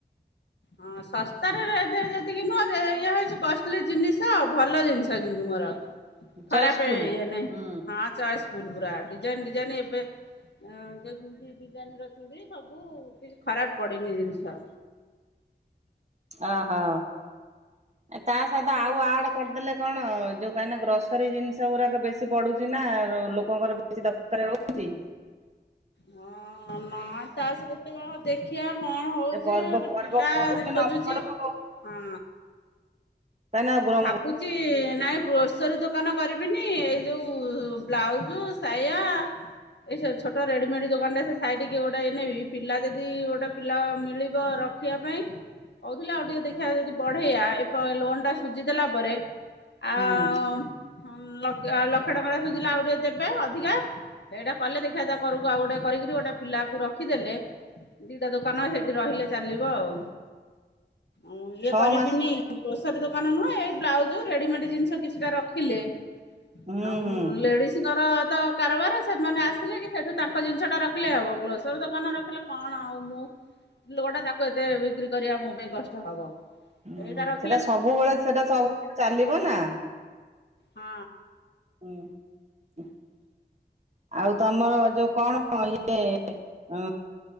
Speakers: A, on the left; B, on the right.
A: ହଁ ଶସ୍ତାରେ ରେଟେ ଯେତିକି ନୁହଁ ଯେ ଇଏ ହେଇଚି କଷ୍ ଲି ଜିନିଷ ଭଲ ଜିନିଷ କିନ୍ତୁ ମୋର ଖରାପ
B: ଚଏସ୍ ଫୁଲ
A: ଇଏ ନାହିଁ
B: ହୁଁ
A: ହଁ ଚଏସ୍ ଫୁଲ ପୁରା ଡିଜାଇନ୍ ଡିଜାଇନ୍ ଏବେ ଅ <unintelligible> ଡିଜାଇନ୍ ର ଚୁଡି ସବୁ କିଛି ଖରାପ ପଡିନି ଜିନିଷ।
B: ଓହୋ। ତା ସହିତ ଆଉ ଆଡ କରିଦେଲେ କଣ ଯୋଉ କାହିଁକି ନା ଗ୍ରୋସରୀ ଜିନିଷ ଗୁଡାକ ବେଶୀ ବଢୁଚି ନା ଲୋକଙ୍କର ବେଶୀ ଦରକାର ହଉଚି।
A: ହଁ ନାଇ ତା ସହିତ ଦେଖିବା କଣ ହଉଚି
B: ସେ ପର୍ବ
A: ଗୋଟେ
B: ପର୍ବ
A: ପିଲା
B: ପଡୁ
A: ଦେ
B: କି ନ
A: ଖୋଜୁଚି
B: ପଡୁ ହୁଁ
A: ହଁ।
B: କାହିଁକି ନା ହୁଁ
A: ଭାବୁଚି ନାଇଁ ଗ୍ରୋଷ ସରି ଦୋକାନ କରିବିନି ଏଇ ଯୋଉ ବ୍ଲାଉଜ ସାୟା ଏଇ ସେ ଛୋଟ ରେଡିମେଡ ଦୋକାନ ଟା ସେ ସାଇଟିକି ଗୋଟାଏ ନେବି ପିଲା ଯଦି ଗୋଟେ ପିଲା ମିଳିବ ର ରଖିବା ପାଇଁ। କହୁଥିଲି ଆଉ ଟିକେ ଦେଖିବା ଯଦି ବଢେଇଆ ଏପ ଲୋନ୍ ଟା ସୁଝି ଦେଲା ପରେ ଆ-ମ୍-ହମ୍-ଲକ୍ଷେ
B: ହୁଁ
A: ଆଉ ଲକ୍ଷେ ଟଙ୍କା ଟା ସୁୁଝିଲା ଆଉ ଟିକେ ଦେବେ ଅଧିକା। ଏଇଟା କଲେ ଦେଖିବା ତା କରକୁ ଆଉ ଗୋଟେ କରିକିରି ଗୋଟେ ପିଲାକୁ ରଖିଦେଲେ ଦିଟା ଦୋକାନ ସେଇଠି ରହିଲେ ଚାଲିବ ଆଉ ଉଁ ଇଏ
B: ଛଅ
A: କରିବିନି
B: ମାସ
A: ଗ୍ରୋଷ ସରି ଦୋକାନ ନୁହଁ ଏଇ ବ୍ଲାଉଜ ରେଡିମେଡ ଜିନିଷ କିଛିଟା ରଖିଲେ
B: ହୁଁ
A: ଆଉ
B: ହୁଁ।
A: ଲେଡିସଙ୍କର ତ କାରବାର ସେମାନେ ଆସିଲେ କି ସେଠୁ ତାଙ୍କ ଜିନିଷ ଟା ରଖିଲେ ହବ। ଗ୍ରୋଷରୀ ଦୋକାନ ରଖିଲେ କଣ ଆଉ ମୁଁ ଲୋକଟା ତାକୁ ଏତେ ବିକ୍ରି କରି ଆମ ପାଇଁ କଷ୍ଟ ହବ।
B: ହୁଁ
A: ଏଇଟାର
B: ସେଟା ସବୁବେଳେ ସେଟା ସ-ସବୁବେଳେ ଚାଲିବ ନା।
A: ହଁ।
B: <inaudible> ଆଉ ତମର ଯୋଉ କଣ ଇଏ, ଉ